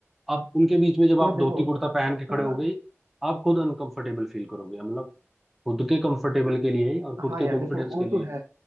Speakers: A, in the centre; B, on the right (about 75°).
A: आप उनके बीच में जब आप
B: यार देखो
A: धोती कुर्ता पहन
B: सबका
A: के खड़े हो गए आप खुद अनकंफर्टेबल फील करोगे मतलब खुद के कंफर्टेबल के लिए और खुद
B: हाँ
A: के
B: यार
A: कॉन्फिडेंस
B: देखो
A: के
B: वो
A: लिए
B: तो है